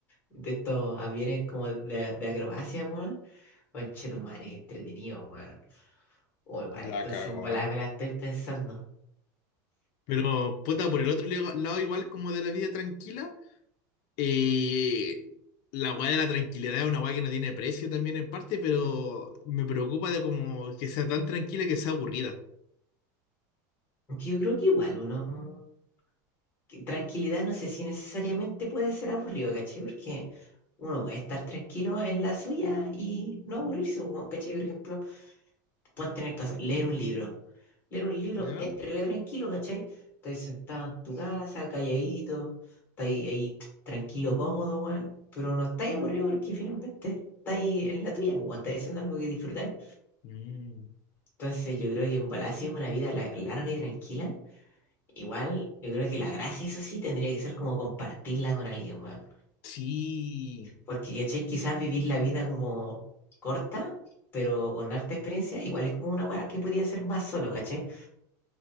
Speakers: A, on the left (about 20°); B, on the left (about 45°).
A: de estos aviones como de, de acrobacia, weón. Conche tu madre, qué entretenido, weón. O igual, entonces
B: La cagó.
A: en volada me la estoy pensando.
B: Pero, puta, por el otro lego- lado, igual como de la vida tranquila, eh, la weá de la tranquilidad es una weá que no tiene precio también en parte, pero me preocupa de como que sea tan tranquila que sea aburrida.
A: Aunque Yo creo que igual uno. que tranquilidad no sé si necesariamente puede ser aburrido, ¿cachai? Porque uno puede estar tranquilo en la suya y no aburrirse, weón, ¿cachai? Por ejemplo, pueden tener casa, leer un libro. Leer un libro
B: ¿Ya?
A: es re tranquilo, ¿cachai? Estás sentado en tu casa, calladito, estás ahí, ahí tranquilo, cómodo, weón, pero no estás aburrido porque finalmente estás ahí en la tuya, weón, estás haciendo algo que disfrutáis.
B: Mm.
A: Entonces yo creo que en bola, si es una vida la- larga y tranquila. Igual, yo creo que la gracia es así, tendría que ser como compartirla con alguien, weón.
B: Sí.
A: Porque, ¿cachai? Quizás vivir la vida como corta, pero con harta experiencia, igual es como una weá que podía ser más solo, ¿cachai?